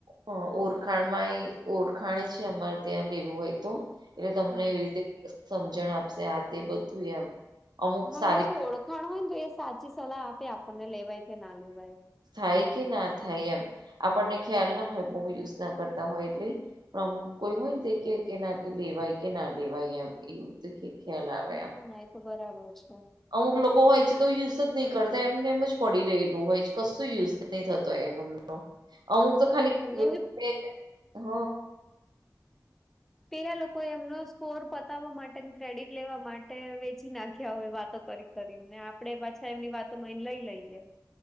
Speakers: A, on the right; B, in the centre.
A: હ ઓરખાણમાં એ ઓરખાણ છે અમારે ત્યાં લેવું હોય તો એટલે તમને
B: હમ
A: એવી રીતે સમજણ આપશે આ તે બધું એમ અમુક
B: હા
A: સારી
B: એટલે શું ઓળખાણ હોય ને તો એ સાચી સલાહ આપે આપણને લેવાય કે ના લેવાય
A: થાય કે ના થાય એમ આપણને ખ્યાલ ના હોય બહુ યુઝ ના કરતા હોય એટલે અમુક કોઈ હોય ને તે કે કે ના કે લેવાય કે ના લેવાય એમ એવું તો ખ્યાલ આવે એમ
B: ના ના એ તો બરાબર છે
A: અમુક લોકો હોય છે તો યુઝ જ નહી કરતા એમને એમ જ પડી રહેલું હોય છે કશું યુઝ નહી થતો એનો અમુક તો ખાલી
B: હમ કેમ કે
A: હ
B: પેલા લોકો એમનો સ્કોર પતાવવા માટે ક્રેડિટ લેવા માટે વેચી નાખ્યા હોય વાતો કરી કરી ને આપડે પાછા એમની વાતો માને લઈ લઈએ